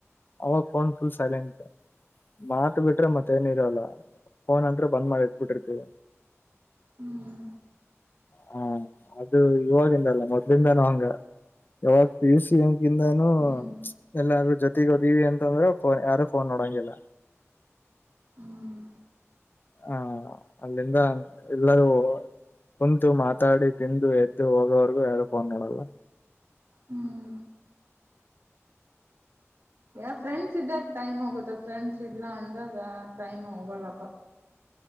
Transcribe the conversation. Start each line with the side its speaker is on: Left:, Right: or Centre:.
Left: ಅವಾಗ ಫೋನ್ ಫುಲ್ ಸೈಲೆಂಟ್ ಮಾತ್ ಬಿಟ್ರೆ ಮತ್ತ ಏನ್ ಇರಲ್ಲ ಫೋನ್ ಅಂದ್ರೆ ಬಂದ್ ಮಾಡಿ ಇಟ್ಬಿಟ್ಟಿರ್ತೀವಿ.
Right: ಹ್ಮ್
Left: ಹಾ ಅದು ಇವಾಗಿಂದಲ್ಲ ಮೊದ್ಲಿಂದಾನೂ ಹಂಗ ಯವಾಗ್ ಪಿ ಯು ಸಿ ಎಂಗಿಂದಾನೂ
Right: ಹ್ಮ್
Left: ಎಲ್ಲಾರೂ ಜೊತೀಗ್ ಹೋದೀವ್ ಅಂತಂದ್ರೆ ಫೋನ್ ಯಾರು ಫೋನ್ ನೋಡಂಗಿಲ್ಲ.
Right: ಹ್ಮ್
Left: ಹಾ ಅಲ್ಲಿಂದ ಎಲ್ಲರೂ ಕುಂತು ಮಾತಾಡಿ ತಿಂದು ಎದ್ದು ಹೋಗೋವರ್ಗೂ ಯಾರು ಫೋನ್ ನೋಡಲ್ಲ.
Right: ಹ್ಮ್ ಯ ಫ್ರೆಂಡ್ಸ್ ಇದ್ದಾಗ ಟೈಮ್ ಹೋಗುತ್ತ ಫ್ರೆಂಡ್ಸ್ ಇಲ್ಲ ಅಂದಾಗ ಟೈಮ್ ಹೋಗಲ್ಲಪ್ಪ.